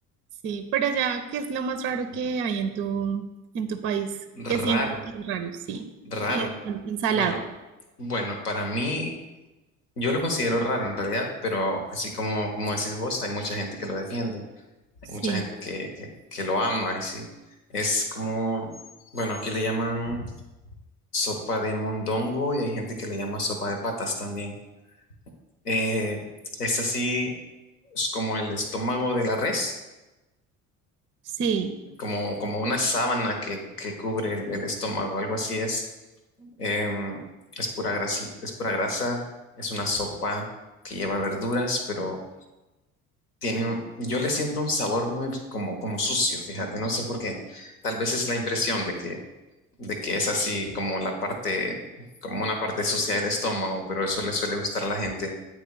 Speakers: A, on the right; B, on the left.
A: Sí, pero allá, ¿qué es lo más raro que hay en tu, en tu país?
B: Raro,
A: ¿Qué sientes que es raro? Sí.
B: raro.
A: Eh, ensalado.
B: Bueno, bueno, para mí, yo lo considero raro en realidad, pero así como, como decís vos, hay mucha gente que lo defiende, hay
A: Sí,
B: mucha gente que, que, que lo ama, y sí. Es como, bueno, aquí le llaman sopa de mondongo y hay gente que le llama sopa de patas también. Eh, es así, es como el estómago de la res
A: sí.
B: como, como una sábana que, que cubre el, el estómago, algo así es. Em, es pura grasita, es pura grasa, es una sopa que lleva verduras, pero tiene, un- yo le siento un sabor muy como, como sucio, fíjate, no sé por qué. Tal vez es la impresión de que, de que es así como la parte, como una parte sucia del estómago, pero eso le suele gustar a la gente.